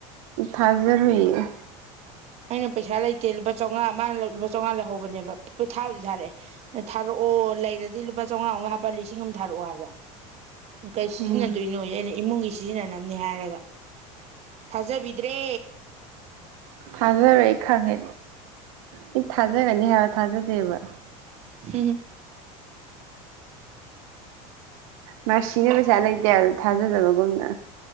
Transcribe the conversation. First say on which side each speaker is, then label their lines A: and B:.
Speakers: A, on the right; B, on the right.
A: ꯍꯖꯔ ꯍꯌꯦ
B: ꯑꯩꯅ ꯄꯩꯁꯥ ꯂꯩꯇꯦ ꯂꯨꯄꯥ ꯆꯥꯝꯃꯉꯥ ꯑꯃ ꯂꯨꯄꯥ ꯆꯥꯝꯃꯉꯥ ꯂꯧꯍꯧꯕꯅꯦꯕ ꯄ ꯊꯥꯕꯨꯗꯤ ꯊꯥꯔꯛꯑꯦ ꯊꯥꯔꯛꯑꯣ ꯂꯩꯔꯗꯤ ꯂꯨꯄꯥ ꯆꯥꯝꯃꯉꯥ ꯑꯃꯛ ꯍꯥꯞꯄ ꯂꯤꯁꯤꯡ ꯑꯃ ꯊꯥꯔꯛꯑꯣ ꯍꯥꯏꯕ ꯀꯩ ꯁꯤꯖꯤꯟꯅꯗꯣꯏꯅꯣ
A: ꯎꯝ
B: ꯑꯩꯅ ꯏꯃꯨꯡꯒꯤ ꯁꯤꯖꯤꯟꯅꯅꯕꯅꯦ ꯍꯥꯏꯔꯒ ꯊꯥꯖꯕꯤꯗ꯭ꯔꯦ
A: ꯊꯥꯖꯔ ꯑꯩ ꯈꯥꯒꯦ ꯑꯩ ꯊꯥꯖꯒꯅꯤ ꯍꯥꯏꯕ ꯊꯥꯖꯗꯦꯕ
B: ꯍꯝ
A: ꯃꯁꯤꯁꯤꯅ ꯄꯩꯁꯥ ꯂꯩꯇꯦꯗ ꯊꯥꯖꯗꯕꯒꯨꯝꯅ